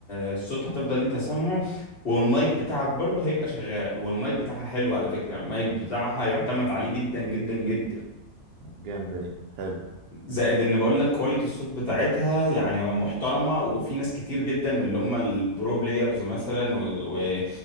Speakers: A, on the left; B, on the right.
A: آه، الصوت هتفضل انت سامعه والمايك بتاعك برضه هيبقى شغال والمايك بتاعها حلو على فكرة يعني المايك بتاعها يعتمد عليه جدا جدا جدا
B: جامدة دي حلو
A: زائد ان بقول لك كواليتي الصوت بتاعتها يعني محترمه وفي ناس كتير جدا من اللي هم البرو بلايرز مثلا و... و...